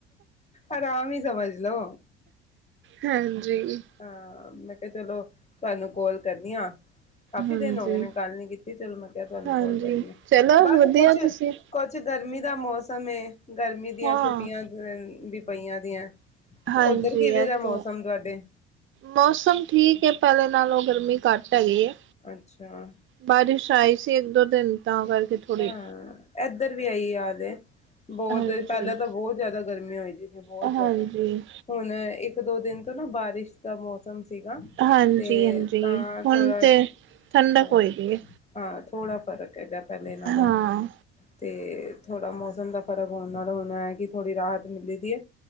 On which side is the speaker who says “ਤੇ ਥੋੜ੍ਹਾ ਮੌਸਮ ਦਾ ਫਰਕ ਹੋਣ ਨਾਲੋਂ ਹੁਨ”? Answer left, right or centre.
Left